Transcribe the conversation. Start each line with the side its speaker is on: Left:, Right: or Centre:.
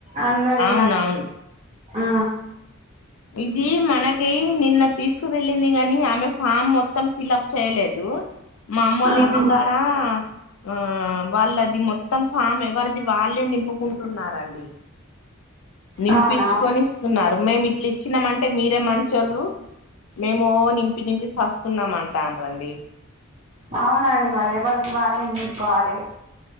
Right: అందరి
Left: అవునవును
Right: అ ఆ
Left: ఇది మనకి నిన్న తీసుకు వెెళ్ళింది. గాని ఆమె ఫామ్ మొత్తం ఫిలప్ చేయలేదు మా అమ్మ వోళ్ళ
Right: ఆ
Left: ఇంటి కాడా ఆ వాళ్ళది మొత్తం ఫామ్ ఎవరిది వాళ్ళే నింపుకుంటున్నరండి. నింపించుకొని
Right: అవునా
Left: ఇస్తున్నారు. మేము ఇట్లా ఇచ్చినామంటే మీరే మంచోళ్ళు మేము నింపి నింపి సస్తున్నాము అని అంటాలు అండి
Right: అవునండి. మరి ఎవరిది వల్లే నింపుకోవాలి